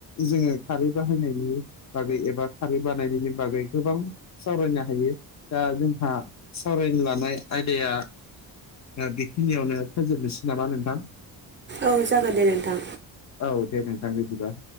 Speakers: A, on the left; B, on the right.
A: जोङो खारै बाहायनायनि बागै एबा खारै बानायनायनि बागै गोबां सावरायनो हायो‌। दा जोंहा सावरायनो लानाय आयदाया दा बेखिनियावनो फोजोबनोसै नामा नोंथां।
B: औ जागोन दे नोंथां।
A: औ दे नोंथां बिदिबा।